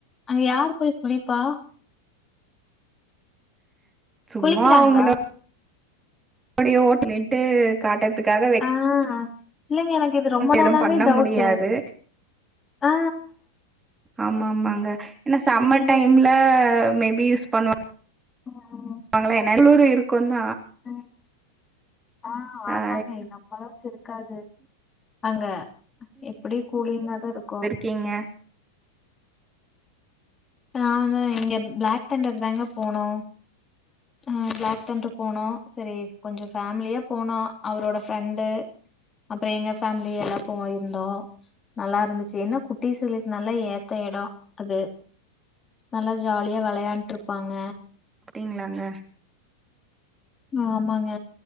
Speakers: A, on the left; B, on the right.
A: அங்க யார் போயி குளிப்பா
B: சும்மா
A: குளிக்கிறாங்களா
B: உங்ள அப்டியே ஓ லிட்டு காட்றத்காக
A: அ இல்லைங்க எனக்கு இது ரொம்ப நாளாவே
B: எதுவு பண்ண
A: டவுடு
B: முடியாது
A: அ
B: ஆமா ஆமாங்க இன்ன சம்மர்
A: என்ன
B: டைம்ல மேபி யூஸ் பண்ணுவா
A: அ ஆ
B: வாங்கலா என்ன குளுர் இருக்குந்தா
A: அ ஆ ஆமாங்க
B: அ
A: நம்ம அளவுக்கு இருக்காது அங்க எப்டி கூலிங்கதா இருக்கு
B: கீங்க
A: நா வந்து இங்க ப்ளாக் தண்டர் தாங்க போனோ ஆ பிளாக் தண்டர் போனோ செரி கொஞ்சோ ஃபேமிலியா போனா அவரோட ஃப்ரெண்டு அப்றோ எங்க ஃபேமிலி எல்லா போயிருந்தோ நல்லா இருந்துச்சு என்னா குட்டிசிகளுக்கு நல்லா ஏத்த எடொ அது நல்லா ஜாலியா வெளாண்டு இருபாங்க
B: அப்டிங்ளாங்க
A: ஆமாங்க